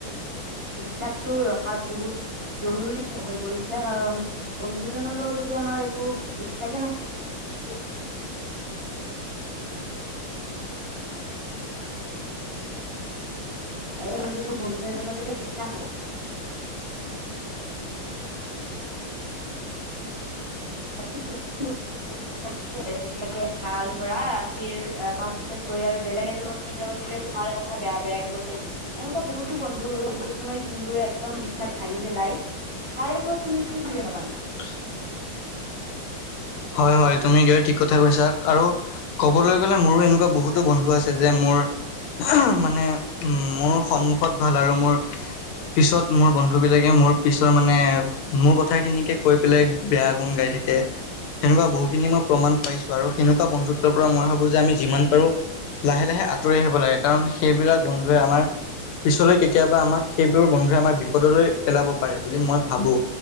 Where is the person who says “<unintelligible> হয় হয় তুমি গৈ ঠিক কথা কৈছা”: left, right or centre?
Left